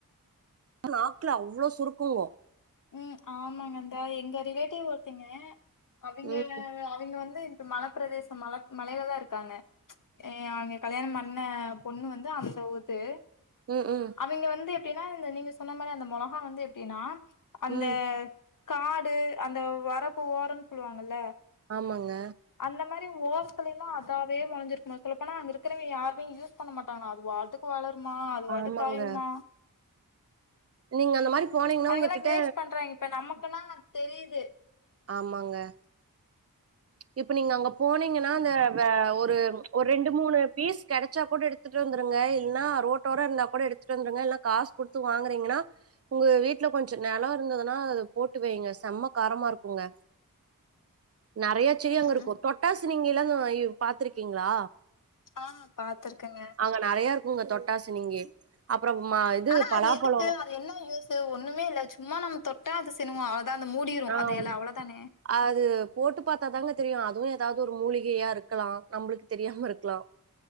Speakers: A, on the right; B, on the left.
A: நாக்குல அவ்ளோ சுருக்குங்கு
B: ம் ஆமாங்கந்த எங்க ரிலேட்டிவ் ஒருத்தைங்க அவைங்க
A: ம்
B: அவைங்க வந்து மலப் பிரதேசம் மல மலைல தா இருக்காங்க எ அங்க கல்யாணம் பண்ண பொண்ணு வந்து அந்த ஊத்து
A: ம் ம்
B: அவிங்க வந்து எப்டின்னா இந்த நீங்க சொன்ன மாரி அந்த மொளகா வந்து எப்டின்னா அந்த
A: ம்
B: காடு அந்த வரப்பு ஓரோன்னு சொல்லுவாங்கல்ல
A: ஆமாங்க
B: அந்த மாரி ஓரத்திலெல்லா அதாவே மொளஞ்சிருக்குமா சொல்லப்போனா அங்க இருக்கிறவை யாருமே யூஸ் பண்ண மாட்டாங்ளா அது பாட்டு க்கு வளருமா அது பாட்டுக்கு
A: ஆமாங்க
B: காயுமா
A: நீங்க அந்த மாரி போனீங்ன்னா
B: அவங்க
A: உங்ககிட்ட
B: எல்லாம் வேஸ்ட் பண்றாங்க இப்ப நமக்குன்னா தெரிது
A: ஆமாங்க இப்ப நீங்க அங்க போனீங்கன்னா அந்த வெ ஒரு ஒரு ரெண்டு மூணு பீஸ் கெடச்சா கூட எடுத் துட்டு வந்துருங்க இல்ன்னா ரோட்டோரோ இருந்தா கூட எடுத்துட்டு வந்துருங்க இல்லன்னா காசு குடுத்து வாங்குறீங்கன்னா உங்க வீட்ல கொஞ்சோ நெலோ இருந்ததுன்னா அது போட்டு வைங்க செம்ம காரமா இருக்குங்க நறைய செடி
B: ம்
A: அங்கருக்கு
B: ம்
A: தொட்டா சிணுங்கில்லா நாறைவ் பாத்துருக்கீங்ளா
B: ஆ பாத்திருக்கேங்க
A: அங்க நறையா இருக்குங்க தொட்டா சிணுங்கி அப்றோ மா இது
B: ஆனா
A: பலாப்பழோ
B: அது எதுக்கு அது என்ன யூசு ஒண்ணுமேல்ல சும்மா நம்ம தொட்டா அது சிணுங்கோ அவ்ளதா அந்த மூடிரூ
A: ஆ
B: அந்த எல அவ்ளோதானே
A: அது போட்டு பாத்தாதாங்க தெரியு அதுவு ஏதாவது ஒரு மூலிகையா இருக்கலா நம்ளுக்கு தெரியாம இருக்கலா